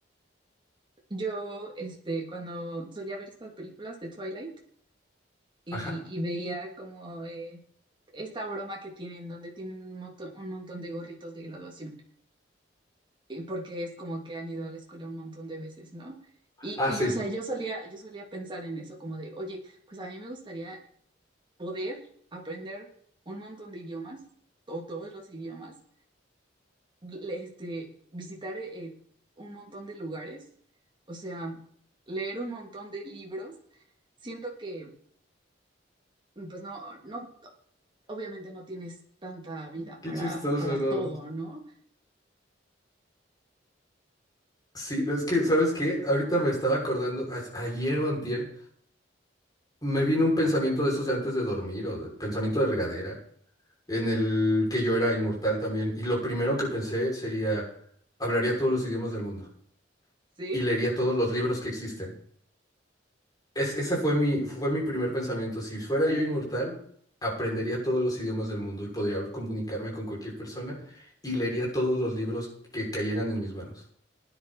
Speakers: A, on the right; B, on the left.
A: Yo, este, cuando solía ver estas películas de Twilight y,
B: Ajá.
A: y veía como eh, esta broma que tienen, donde tienen un, moto- un montón de gorritos de graduación, y porque es como que han ido a la escuela un montón de veces, ¿no? Y,
B: Ah,
A: y,
B: sí.
A: o sea, yo solía, yo solía pensar en eso como de, oye, pues a mí me gustaría poder aprender un montón de idiomas o todos los idiomas, le- este, visitar eh, un montón de lugares, o sea, leer un montón de libros. Siento que, pues no, no, obviamente no tienes tanta vida
B: Qué
A: para,
B: chistoso,
A: para
B: ¿no?
A: todo, ¿no?
B: Sí, no, es que, ¿sabes qué? Ahorita me estaba acordando, a- ayer o antier, me vino un pensamiento de esos de antes de dormir o de pensamiento de regadera en el que yo era inmortal también. Y lo primero que pensé sería, hablaría todos los idiomas del mundo
A: Sí,
B: y leería
A: <laughs>
B: todos los libros que existen. Es, ese fue mi, fue mi primer pensamiento. Si fuera yo inmortal, aprendería todos los idiomas del mundo y podría habl- comunicarme con cualquier persona y leería todos los libros que cayeran en mis manos.